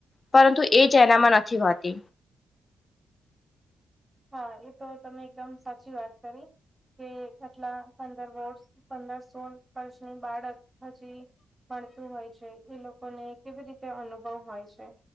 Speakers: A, on the left; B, on the right.
A: પરંતુ એ જ એનામાં નથી હોતી
B: હા એ તો તમે એકદમ સાચી વાત કરી કે આટલા પંદર વર્ષ પંદર સોળ વર્ષની બાળક હજી ભણતું હોય છે એ લોકોને કેવી રીતે અનુભવ હોય છે